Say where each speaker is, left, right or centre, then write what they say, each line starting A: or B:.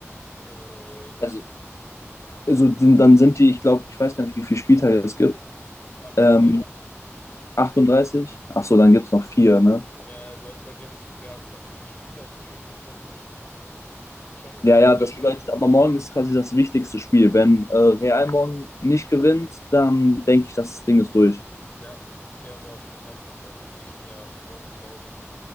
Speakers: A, on the left (about 35°); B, on the left (about 70°).
A: Äh,
B: Also, also sind- dann sind die, ich glaube, ich weiß gar nicht, wie viele Spieltage es gibt.
A: 38.
B: Ähm, 38? Ach so, dann gibt's noch vier, ne?
A: Ja, weil bei denen, die haben noch vier Spiele und vier Punkte Unterschied, also ist schon,
B: Ja, ja, das bedeutet aber morgen ist quasi das wichtigste Spiel. Wenn äh, Real morgen nicht gewinnt, dann denke ich, das Ding ist durch.
A: ja, und die haben ja auch einen Heimvorteil. Und die spielen ja morgen zu Hause.